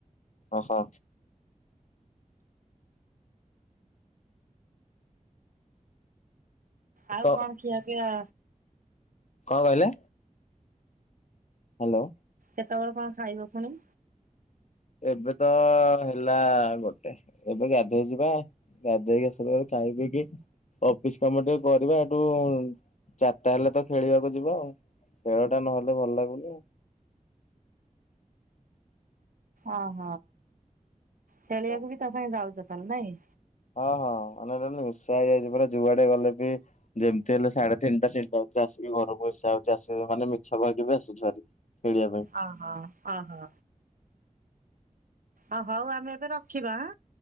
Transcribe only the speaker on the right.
ଆଉ
କଣ ଖିଆପିଆ?
କେତେବେଳେ କଣ ଖାଇବ ପୁଣି?
ଅହଃ ଖେଳିବାକୁ
ବି ତା ସାଙ୍ଗେ ଯାଉଛ ତାହେଲେ ନାଇଁ?
ଅହଁ ଅହଁ। ଓ ହଉ ଆମେ ଏବେ ରଖିବାଁ